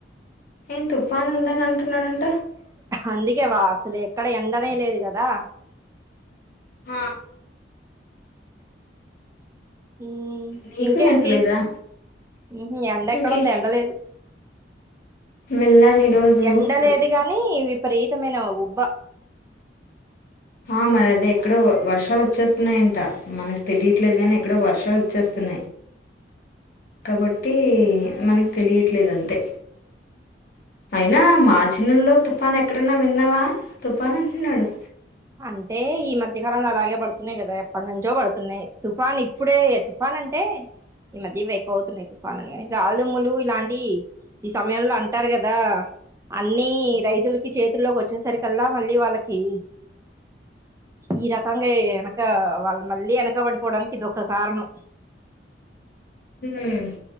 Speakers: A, on the left; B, on the right.
A: ఏం తుఫాన్ ఉందన్ అంటున్నాడన్
B: అందుకేవా అసలు ఎక్కడ ఎండనే లేదు కదా
A: ఆ
B: ఉమ్
A: నీకు
B: ఇంకేంటి
A: అంటలేదా
B: ఉహు ఎండ ఎక్కడ
A: ఇంకే
B: ఉంది ఎండలేదు.
A: వెళ్ళాను ఈరోజు
B: ఎండలేదు
A: పొద్దు
B: గాని విపరీతమైన ఉబ్బ
A: ఆ మరి అదే ఎక్కడో వర్షాలు వచ్చేస్తున్నాయంట. మనకు తెలియట్లేదు గాని, ఎక్కడో వర్షాలు వచ్చేస్తన్ న్నాయ్ కాబట్టి మనకి తెలియట్లేదు అంతే అయినా మార్చి నెల్లో తుఫాను ఎక్కడైన్నా విన్నావా తుఫాన్ అంటున్నాడు.
B: అంటే ఈ మధ్యకాలంలో అలాగే పడుతున్నాయి. కదా ఎప్పటి నుంచో పడుతున్నాయ్. తుఫాన్ ఇప్పుడే తుఫాన్ అంటే ఈ మధ్య ఇవి ఎక్కువ అవుతున్నాయి. తుఫాను అని గాల్ దుమ్ములు ఇలాంటి ఈ సమయంలో అంటారు కదా అన్ని రైతులకి చేతుల్లోకి వచ్చేసరికల్లా మళ్ళీ వాళ్ళకి ఈ రకంగా వెనక వాళ్ళు మళ్ళీ వెనకబడిపోవడానికి ఇది ఒక కారణం.
A: ఉమ్